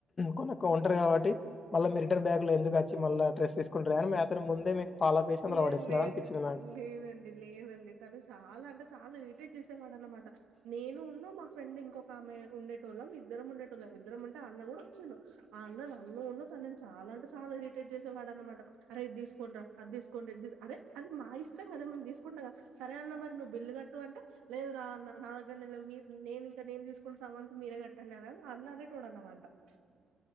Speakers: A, on the left (about 40°); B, on the right (about 85°).
A: కొనొక్క ఉంటారు కావట్టి మళ్ళా మీ రిటర్న్ బ్యాగ్ లో ఎందుకు వచ్చి మళ్ళా టెస్ట్ తీసుకుంటారు అని మీ అతను ముందే మీకు ఫాలో అప్ చేసి అందులో
B: లేద్
A: పడేస్తున్నారు
B: లేద్
A: అనిపించింది నాకు
B: లేదండి లేదండి తను చాలా అంటే చాలా ఇరిటేట్ చేసేవాడు అనమాట నేను ఉన్ను మా ఫ్రెండ్ ఇంకొకామె ఉండేటొళ్ళం ఇద్దరం ఉండేటోళ్ళం ఇద్దరం ఉంటే ఆ అన్న గుడ వచ్చిండు ఆ అన్న నన్ను ఉన్ను తనని చాలా అంటే చాలా ఇరిటేట్ చేసేవాడు అనమాట ఆరే ఇద్దిస్ అద్ తీసుకోండి ఇద్ తీసుకోన్ అరే అది మా ఇష్టం కదా మేం తీసుకుంటాం కద సరే అన్న మరి నువ్వు బిల్లు కట్టు అంటే లేదు రా న నా దగ్గర లేవ్ మీర్ నేన్ ఇంకా నేను తీసుకున్న సమానికి మీరే కట్టండి అని ఆ అన్న అనేటోడు అనమాట ట్